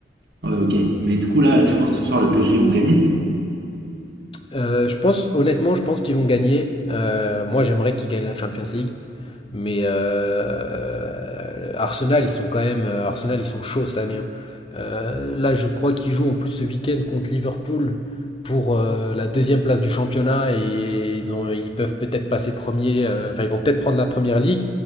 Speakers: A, on the right; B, on the left.
A: Ouais, ok. Mais du coup, là, tu penses que ce soir, le PSG vont gagner
B: Euh, je pense, honnêtement, je pense qu'ils vont gagner. Euh, moi, j'aimerais qu'ils gagnent la Champions League. Mais euh, Arsenal, ils sont quand même. euh, Arsenal, ils sont chauds cette année. hein. Euh, là, je crois qu'ils jouent en plus ce week-end contre Liverpool pour euh, la deuxième place du championnat et ils ont, ils peuvent peut-être passer premier. euh, Enfin, ils vont peut-être prendre la première ligue.